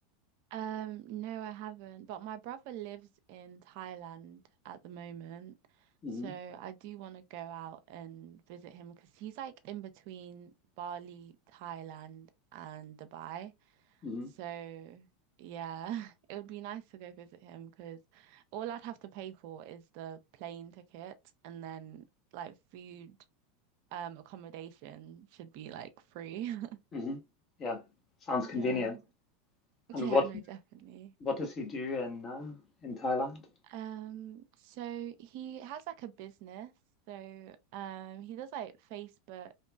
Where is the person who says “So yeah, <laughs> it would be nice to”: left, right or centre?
Right